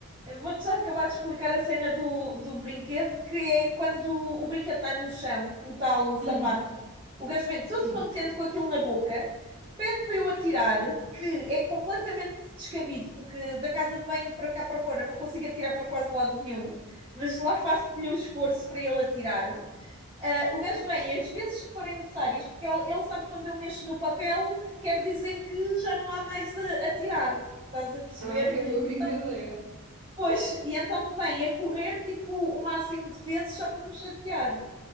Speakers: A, on the right; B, on the right.
A: vou-te só acabar de explicar a cena do, do brinquedo, que é quando o brinquedo está no chão, o tal sapato,
B: Hum,
A: o gajo vem todo
B: sim.
A: contente com aquilo na boca, pede para eu atirar, que é completamente descabido, porque da casa de banho para cá para fora eu não consigo atirar para quase lado nenhum, mas lá faço-lhe o esforço para ele atirar. Ah, o gajo vem as vezes que forem necessárias, porque ele, ele sabe que quando eu mexo no papel, quer dizer que já não há mais a, a tirar. Estás a perceber?
B: Ah, acabou a
A: E
B: brincadeira.
A: depois, e então vem a correr tipo o máximo de vezes só para me chatear.